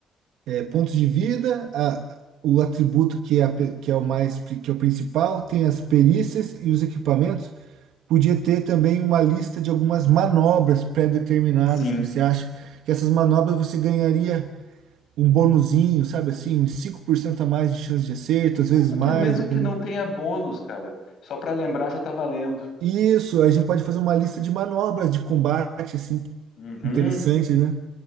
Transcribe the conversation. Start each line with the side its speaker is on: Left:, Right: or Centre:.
Right: é, pontos de vida, a- o atributo que é, a pe- que é o mais, pri- que é o principal, tem as perícias e os equipamentos. Podia ter também uma lista de algumas manobras pré-determinadas
Left: sim
Right: que você acha que essas manobras você ganharia um bonuzinho, sabe assim, uns 5% a mais de chance de acerto, às
Left: Mesmo
Right: vezes mais,
Left: que, mesmo
Right: dependendo.
Left: que não tenha bônus, cara, só para lembrar já tá valendo.
Right: Isso, a gente pode fazer uma lista de manobras de combate, assim,
Left: Uhum.
Right: interessantes, né?